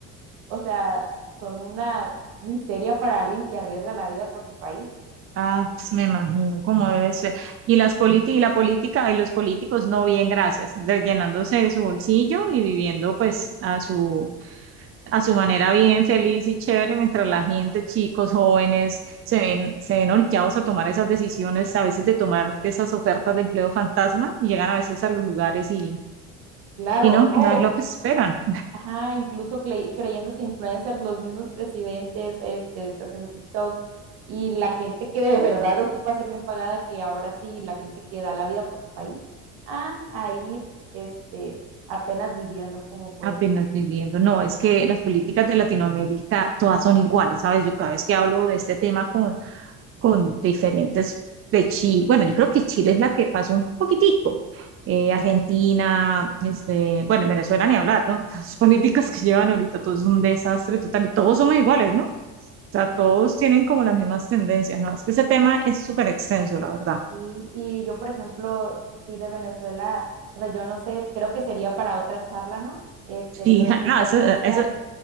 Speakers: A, on the right; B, on the right.
A: o sea, son una miseria para alguien que arriesga la vida por su país.
B: Ah, pues me imagino cómo debe ser. Y las políticas, y la política, y los políticos, no, bien, gracias, de- llenándose de su bolsillo y viviendo pues a su, a su manera bien, feliz y chévere, mientras la gente, chicos, jóvenes, se ven, se ven orillados a tomar esas decisiones, a veces de tomar esas ofertas de empleo fantasma, y llegan a veces a los lugares y,
A: Claro,
B: y no,
A: no,
B: no es lo que esperan.
A: Ajá, incluso cle- creyéndose influencers, los mismos presidentes, este, haciendo TikToks y la gente que de verdad ocupa ser bien pagada, que ahora sí, la gente que da la vida por su país, ah, ahí, este, apenas viviendo como pueden.
B: Apenas viviendo. No, es que las políticas de Latinoamérica todas son iguales, ¿sabes? Yo cada vez que hablo de este tema con, con diferentes de Chile, bueno, yo creo que Chile es la que pasó un poquitico. Eh, Argentina, este, bueno, en Venezuela ni hablar, ¿no? <laughs> Las políticas
A: Sí, sí, sí,
B: que llevan ahorita, todo es un desastre total, todos somos iguales, ¿no? O sea,
A: sí,
B: todos tienen como las mismas tendencias, ¿no? Es que ese tema es súper extenso, la verdad.
A: sí. Y yo, por ejemplo, sí de Venezuela, o sea, yo no sé, creo que sería para otra charla, ¿no? Este,
B: Sí,
A: lo-
B: <laughs>
A: la importancia
B: no, eso,